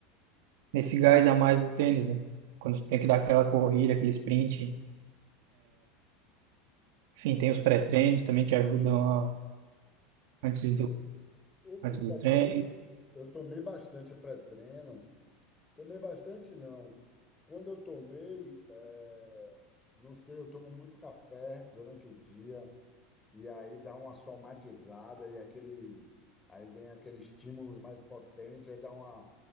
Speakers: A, on the right; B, on the left.
A: nesse gás a mais do tênis, né? Quando tu tem que dar aquela corrida, aquele sprint. Enfim, tem os pré-treinos também que ajudam a- antes do,
B: O,
A: antes
B: o pré-treino,
A: do treino.
B: eu tomei bastante pré-treino. Tomei bastante, não. Quando eu tomei, eh, não sei, eu tomo muito café durante o dia. E aí dá uma somatizada e aquele, aí vem aquele estímulos mais potente, aí dá uma,